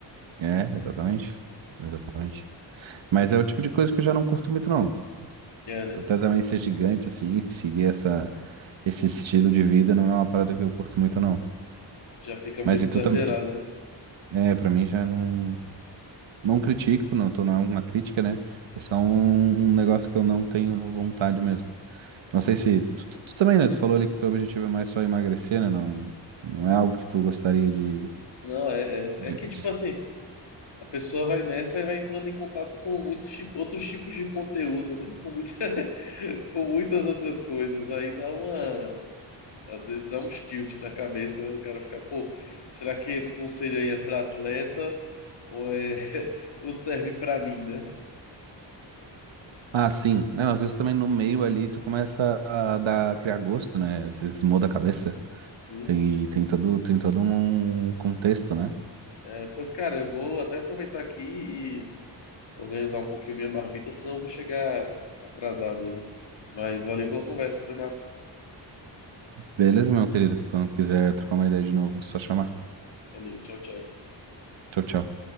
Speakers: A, on the right; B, on the left.
A: É, exatamente. Exatamente. Mas é o tipo de coisa que eu já não curto muito, não.
B: É, né?
A: Até também ser gigante, assim, seguir essa, esse estilo de vida não é uma parada que eu curto muito, não.
B: Já fica muito
A: Mas e
B: exagerado,
A: tu também. tu-
B: né?
A: É, pra mim já não. Não critico, não, tô, não é uma crítica, né? É só um, um negócio que eu não tenho vontade mesmo. Não sei se. Tu, tu- tu também, né? Tu falou ali que teu objetivo é mais só emagrecer, né? Não, não é algo que tu gostaria de,
B: Não, é, é,
A: de,
B: é que,
A: de-
B: tipo assim. A pessoa vai nessa e vai entrando em contato com muitos ti- outros tipos de conteúdo, né? Com, muita- <laughs> com muitas outras coisas. Aí dá uma. Às vezes dá uns tilt na cabeça, né? O cara fica, pô, será que esse conselho aí é pra atleta ou é <laughs> ou serve pra mim, né?
A: Ah, sim. Não, às vezes também no meio ali tu começa a dar, criar gosto, né? Às vezes muda a cabeça.
B: Sim.
A: Tem, tem todo, tem todo um contexto, né?
B: É, pois, cara, eu vou até aproveitar aqui e organizar um pouquinho minha marmita, senão eu vou chegar atrasado aí. Mas valeu pela conversa, foi massa.
A: Beleza, meu querido. Quando quiser trocar uma ideia de novo, só chamar.
B: Valeu, tchau, tchau.
A: Tchau, tchau.